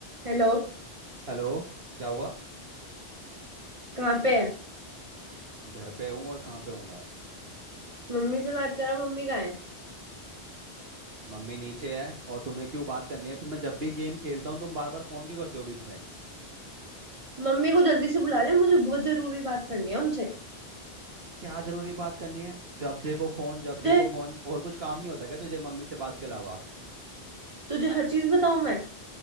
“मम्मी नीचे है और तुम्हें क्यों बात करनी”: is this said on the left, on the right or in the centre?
Right